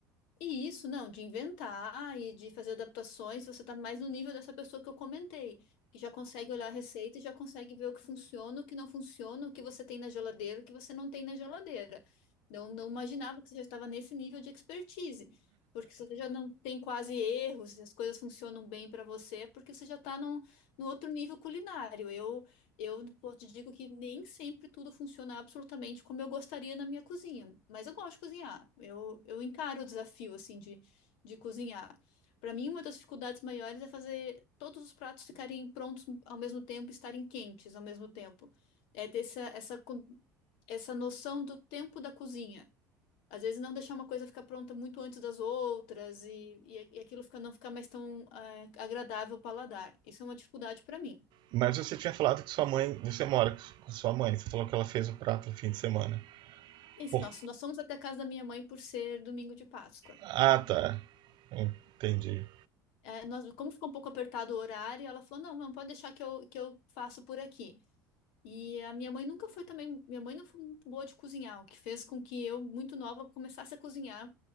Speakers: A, on the left; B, on the right.
A: E isso, não, de inventar e de fazer adaptações, você tá mais no nível dessa pessoa que eu comentei, que já consegue olhar a receita e já consegue ver o que funciona, o que não funciona, o que você tem na geladeira, o que você não tem na geladeira. Não, não imaginava que você já estava nesse nível de expertise, porque se você já não tem quase erros, e as coisas funcionam bem para você, é porque você já está num, no outro nível culinário. Eu Eu po- te digo que nem sempre tudo funciona absolutamente como eu gostaria na minha cozinha, mas eu gosto de cozinhar. Eu, eu encaro o desafio assim de, de cozinhar. Para mim, uma das dificuldades maiores é fazer todos os pratos ficarem prontos ao mesmo tempo, e estarem quentes ao mesmo tempo. É ter essa, essa, co- essa noção do tempo da cozinha. Às vezes não deixar uma coisa ficar pronta muito antes das outras e, e, e aquilo fica, não ficar mais tão eh, agradável ao paladar. Isso é uma dificuldade para mim.
B: Mas você tinha falado que sua mãe, você mora com sua mãe, você falou que ela fez o prato no fim de semana.
A: É Isso,
B: Por...
A: nós, nós fomos até a casa da minha mãe por ser domingo de Páscoa.
B: Ah, tá. Entendi.
A: É, nós, como ficou um pouco apertado o horário, ela falou: não, não pode deixar que eu, que eu faço por aqui. E a minha mãe nunca foi também, minha mãe não foi muito boa de cozinhar, o que fez com que eu, muito nova, começasse a cozinhar